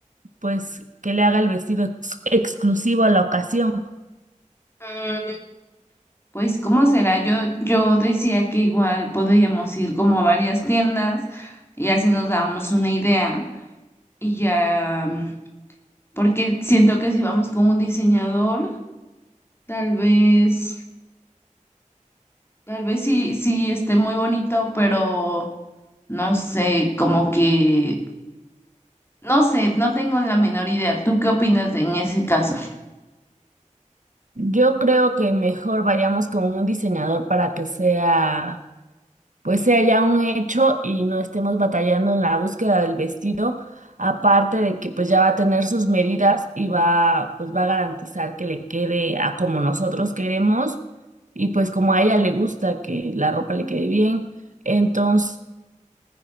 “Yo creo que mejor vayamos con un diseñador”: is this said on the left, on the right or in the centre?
Right